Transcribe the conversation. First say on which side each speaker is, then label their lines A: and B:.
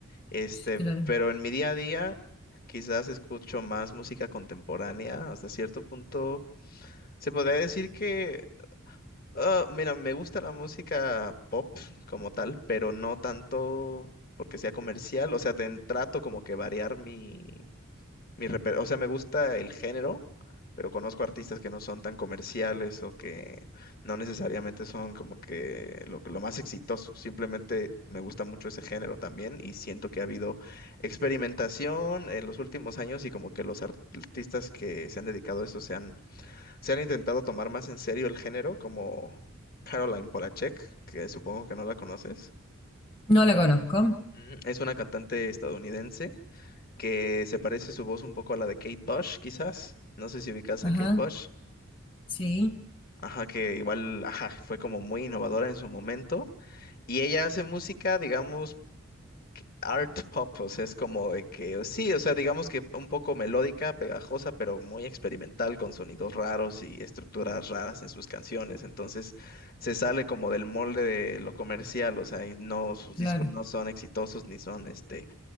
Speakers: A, on the left; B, on the left.
A: Este,
B: Sí, claro.
A: pero en mi día a día quizás escucho más música contemporánea hasta cierto punto se podría decir que, ah, mira, me gusta la música pop como tal, pero no tanto porque sea comercial. O sea, ten- trato como que variar mi, mi reper- O sea, me gusta el género, pero conozco artistas que no son tan comerciales o que no necesariamente son como que lo, lo más exitoso. Simplemente me gusta mucho ese género también y siento que ha habido experimentación en los últimos años y como que los ar- artistas que se han dedicado a eso se han se han intentado tomar más en serio el género, como Caroline Polachek, que supongo que no la conoces.
B: No la conozco.
A: Ujú. Es una cantante estadounidense que se parece su voz un poco a la de Kate Bush, quizás. No sé si ubicas
B: Ajá,
A: a Kate Bush.
B: sí,
A: Ajá, que igual, ajá, fue como muy innovadora en su momento. Y ella hace música, digamos, art pop, o sea, es como de que, sí, o sea, digamos que un poco melódica, pegajosa, pero muy experimental, con sonidos raros y estructuras raras en sus canciones. Entonces, se sale como del molde de lo comercial, o sea, y no, sus
B: claro.
A: discos no son exitosos, ni son este